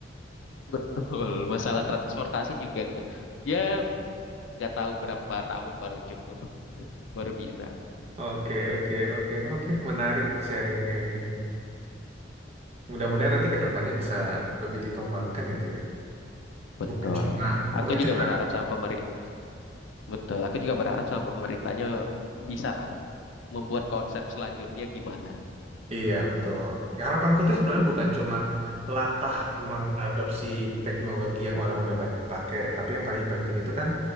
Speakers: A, on the left; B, on the right.
A: <laughs> Betul. Masalah
B: <laughs>
A: transportasi juga ke, ya nggak tahu berapa tahun baru cukup, baru bisa.
B: Oke, oke, oke, oke. Menarik sharingnya ini. Mudah-mudahan nanti ke depannya bisa lebih dikembangkan itu ya.
A: Betul.
B: Bukan cuma
A: Aku
B: bukan
A: juga
B: cuma
A: berharap sama pemerintah. Betul. Aku juga berharap sama pemerintahnya bisa lah membuat konsep selanjutnya gimana.
B: Iya, betul. Ya, harapanku tuh sebenarnya bukan cuma latah mengadopsi teknologi yang orang udah banyak pakai, tapi yang paling penting itu kan